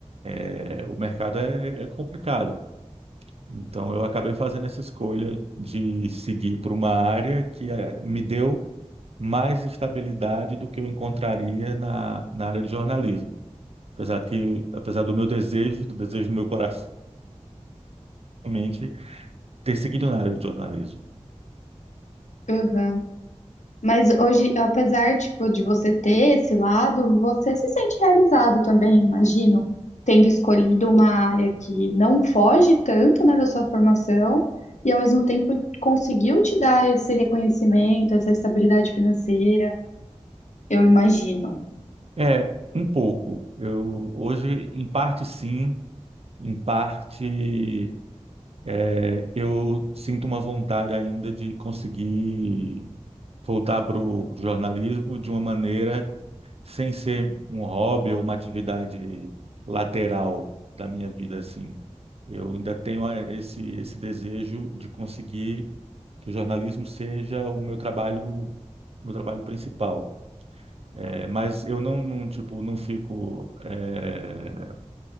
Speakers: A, on the right; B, on the left.
A: é, o mercado é, é complicado. Então eu acabei fazendo essa escolha de seguir por uma área que é, me deu mais estabilidade do que eu encontraria na, na área de jornalismo. Apesar que, apesar do meu desejo, do desejo do meu coração, realmente, ter seguido na área do jornalismo.
B: uhum. Mas hoje, apesar, tipo, de você ter esse lado, você se sente realizado também, imagino, tendo escolhido uma área que não foge tanto, né, da sua formação e ao mesmo tempo conseguiu te dar esse reconhecimento, essa estabilidade financeira, eu imagino.
A: É, um pouco. Eu hoje, em parte sim, em parte É, eu sinto uma vontade ainda de conseguir voltar para o jornalismo de uma maneira sem ser um hobby ou uma atividade lateral da minha vida, assim. Eu ainda tenho eh, esse, esse desejo de conseguir que o jornalismo seja o meu trabalho, meu trabalho principal. É, mas eu não, não, tipo, não fico eh,